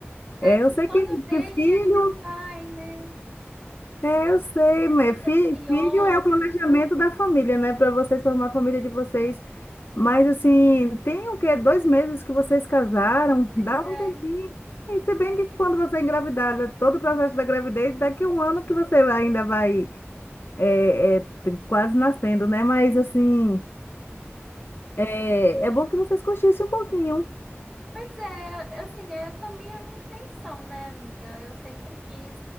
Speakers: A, in the centre; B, on the left.
A: É
B: É,
A: que
B: eu
A: o
B: sei
A: sonho
B: que,
A: dele
B: que filho
A: é ser pai, né?
B: É, eu sei, mas
A: Fica
B: fi-
A: ansioso.
B: filho é o planejamento da família, né? Para vocês formar a família de vocês. Mas assim, tem o quê? Dois meses que vocês casaram?
A: Pois
B: Dá
A: é.
B: um tempinho. E se bem que quando você é engravidada, todo o processo da gravidez, daqui a um ano que você ainda vai é, é, t- quase nascendo, né? Mas assim, é, é bom que vocês cochichem um pouquinho.
A: Pois é, assim, é também a minha intenção, né, amiga? Eu sempre quis,